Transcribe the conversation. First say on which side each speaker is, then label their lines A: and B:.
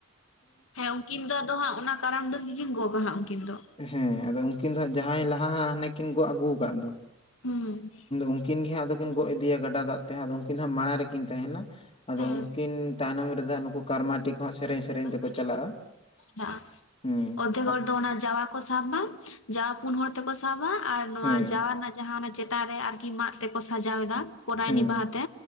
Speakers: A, on the left (about 75°); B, on the left (about 30°).
A: ᱦᱮᱸ ᱩᱱᱠᱤᱱ ᱫᱚ ᱟᱫᱚ ᱦᱟᱸᱜ ᱚᱱᱟ ᱠᱟᱨᱟᱢ ᱰᱟᱹᱨ ᱜᱮᱠᱤᱱ ᱜᱚᱜᱟ ᱦᱟᱸᱜ ᱩᱱᱠᱤᱱ ᱫᱚ᱾
B: ᱦᱮᱸ ᱟᱫᱚ ᱩᱱᱠᱤᱱ ᱫᱚ ᱦᱟᱸᱜ ᱡᱟᱦᱟᱸᱭ ᱞᱟᱦᱟ ᱦᱟᱜ ᱦᱟᱱᱮ ᱠᱤᱱ ᱜᱚᱜ ᱟᱹᱜᱩ ᱟᱠᱟᱫ ᱫᱚ᱾
A: ᱦᱩᱸ᱾
B: ᱩᱱᱠᱤᱱ ᱜᱮ ᱦᱟᱸᱜ ᱟᱫᱚ ᱠᱤᱱ ᱜᱚᱜ ᱤᱫᱤᱭᱟ ᱜᱟᱰᱟ ᱫᱟᱜ ᱛᱮ᱾ ᱦᱮᱸ ᱟᱫᱚ ᱩᱱᱠᱤᱱ ᱫᱚ ᱦᱟᱸᱜ ᱢᱟᱲᱟᱝ ᱨᱮᱠᱤᱱ ᱛᱟᱦᱮᱱᱟ᱾ ᱟᱫᱚ
A: ᱦᱮᱸ
B: ᱩᱱᱠᱤᱱ ᱛᱟᱭᱱᱚᱢ ᱨᱮᱫᱚ ᱱᱩᱠᱩ ᱠᱟᱨᱢᱟᱴᱤ ᱠᱚᱦᱚᱸ ᱥᱮᱨᱮᱧ ᱥᱮᱨᱮᱧ
A: <unintelligible>
B: ᱛᱮᱠᱚ ᱪᱟᱞᱟᱜᱼᱟ ᱦᱮᱸ
A: ᱚᱨᱫᱷᱮᱠ ᱦᱚᱲ
B: ᱟᱠ-
A: ᱫᱚ ᱚᱱᱟ ᱡᱟᱣᱟ᱾ ᱠᱚ ᱥᱟᱵᱟ ᱡᱟᱣᱟ ᱯᱩᱱ ᱦᱚᱲ ᱛᱮᱠᱚ ᱥᱟᱵᱟ, ᱟᱨ ᱱᱚᱣᱟ
B: ᱦᱮᱸ
A: ᱡᱟᱣᱟ ᱨᱮᱱᱟᱜ ᱡᱟᱦᱟᱸ ᱪᱮᱛᱟᱱ ᱨᱮ ᱟᱨᱠᱤ ᱢᱟᱜ ᱛᱮᱠᱚ ᱥᱟᱡᱟᱣ ᱮᱫᱟ, ᱯᱚᱨᱟᱭᱱᱤ
B: ᱦᱮᱸ
A: ᱵᱟᱦᱟ ᱛᱮ᱾